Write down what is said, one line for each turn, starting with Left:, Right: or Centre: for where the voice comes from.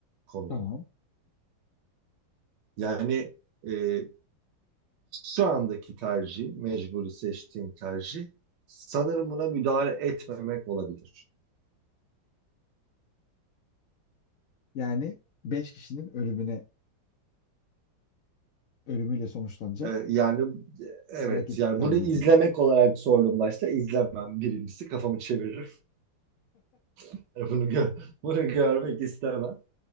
Right: konuyu.
Left: Tamam.
Right: Yani e, şu andaki tercih, mecburi seçtiğim tercih sanırım buna müdahale etmemek olabilir.
Left: Yani 5 kişinin ölümüne ölümüyle sonuçlanacak.
Right: E, yani e, evet,
Left: hareket
Right: yani
Left: tercih
Right: bunu izlemek
Left: ediyorsun.
Right: olarak sordum başta. İzlemem birincisi, kafamı çeviririm. <laughs> Bunu gö- bunu görmek istemem.